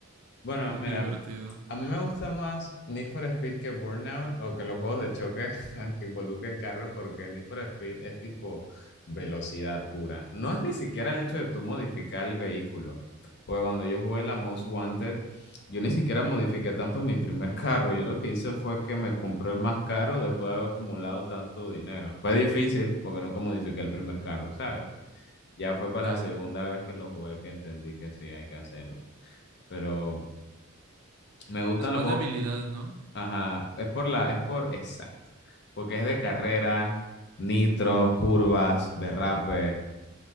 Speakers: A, on the left; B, on the right.
A: Bueno,
B: es
A: mira,
B: muy divertido.
A: a mí me gusta más Need for Speed que Burnout o que los juegos de choque <laughs> aunque involucren carros porque Need for Speed es tipo velocidad pura. No es ni siquiera el hecho de tú modificar el vehículo. Porque cuando yo jugué la Most Wanted, yo ni siquiera modifiqué tanto mi primer carro. Yo lo que hice fue que me compré el más caro después de haber acumulado tanto dinero. Fue difícil porque nunca modifiqué el primer carro, ¿sabes? Ya fue para
B: Ya,
A: la segunda vez que lo jugué que entendí que sí hay que hacerlo. Pero me gustan
B: es más
A: los juegos.
B: de habilidad, ¿no?
A: Ajá. Es por la, es por, exacto. Porque es de carrera, nitro, curvas, derrape.